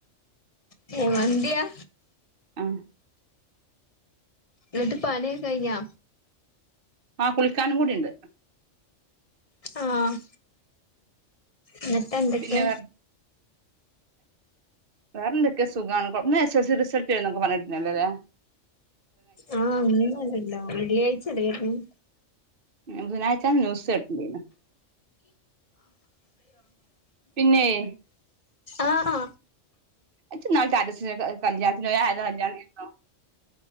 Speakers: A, on the left; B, on the right.
A: കുയ്മാന്തിയാ
B: ആഹ്
A: ന്നിട്ട് പണിയൊക്കെ കഴിഞ്ഞാ
B: ആഹ് കുളിക്കാനും കൂടിണ്ട്.
A: ആഹ് എന്നിട്ട് എന്തൊക്കെ
B: പിന്നെ വേറെ വേറെന്തെക്കേ സുഖാണ് കൊഴ് ഇന്ന് എസ് എൽ സി റിസൾട്ട് വരുന്നൊക്കെ പറഞ്ഞേട്ടിന്നല്ലൊലേ
A: ആഹ് ഇന്നല്ലല്ലോ വെള്ളിയാഴ്ച്ചല്ലേ വര്ന്നത്
B: ബുധനാഴ്ച്ചാന്ന് ന്യൂസ്‌ കേട്ടിണ്ടായിന്നു പിന്നെയ്
A: ആഹ്
B: ഇജ്ജ് ന്നാള് സ്റ്റാറ്റസില് കല്യാത്തിന് പോയിന്നു അതാരെ കല്ല്യാണേയ്ന്നു